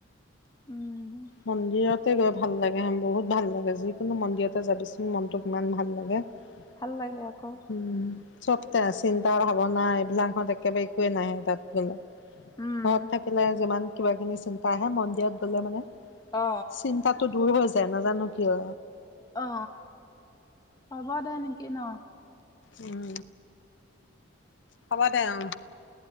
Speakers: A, on the left; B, on the left.
A: উম
B: মন্দিৰতে গৈ ভাল লাগে বহুত ভাল লাগে যিকোনো মন্দিৰতে যাবি চোন মনটো কিমান ভাল লাগে হুম
A: ভাল লাগে আকৌ
B: চব তে চিন্তা ভাৱনা এইবিলাকত একেবাৰে একোৱে নাহে তাত গলে
A: উম
B: ঘৰত থাকিলে যিমান কিবা কিনি চিন্তা আহে মন্দিৰত গলে মানে
A: অ
B: চিন্তাটো দূৰ হৈ যায় নাজানো কিয়
A: অ হ'ব দে নেকি ন
B: উম হব দে অ